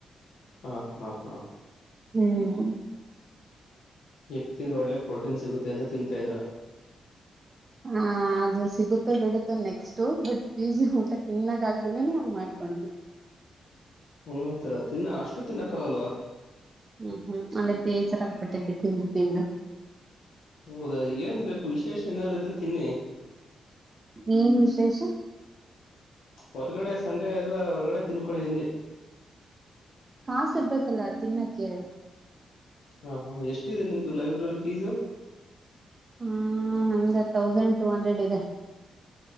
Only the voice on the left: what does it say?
ಹಾ ಹಾ ಹಾ
ಎಗ್ ತಿಂದ್ರ್ ಒಳ್ಳೆ ಪ್ರೋಟೀನ್ ಸಿಗುತ್ತೆ ಅಂತ ತಿಂತಾಯಿದಿರಾ.
ಹಂಗಂತೀರ ತಿನ್ನ ಅಷ್ಟು ತಿನ್ನಕ್ಕಾಗಲ್ವಾ?
ಹೌದಾ ಏನ್ ಬೇಕು ವಿಶೇಷ ಏನಾರು ಇದ್ರ ತಿನ್ನಿ
ಹೊರ್ಗಡೆ ಸಂಡೆ ಎಲ್ಲ ಹೊರ್ಗಡೆ ತಿನ್ಕೊಳಿ ಅಂದೆ.
ಹಾ ಹಾ ಎಷ್ಟಿದೆ ನಿಮ್ದು ಲೈಬ್ರರಿ ಫೀಜು.